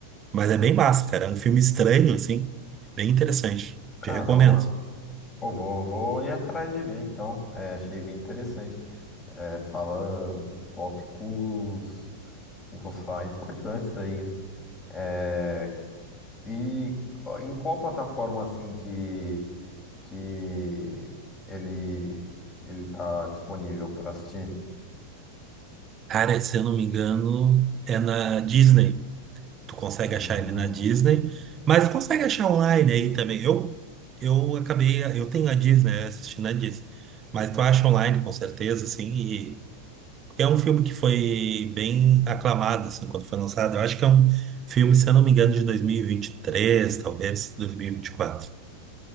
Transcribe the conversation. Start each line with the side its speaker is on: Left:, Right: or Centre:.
Right: Mas é bem massa, cara. É um filme estranho, assim, bem interessante.
Left: Caramba.
Right: Te recomendo.
Left: Pô, vou, vou ir atrás de ver então. É, achei bem interessante. É, fala tópicos, como que eu vou falar, importantes aí. né? É, e ó, em qual plataforma assim que, que ele, ele tá disponível para assistir?
Right: Cara, se eu não me engano, é na Disney. Tu consegue
Left: Hum,
Right: achar ele na Disney, mas consegue achar online aí também. Eu, eu acabei, eu tenho a Disney, eu assisti na Disney, mas tu acha online com certeza, assim, e é um filme que foi bem aclamado, assim, quando foi lançado. Eu acho que é um filme, se eu não me engano, de dois mil e e vinte e três talvez 2024.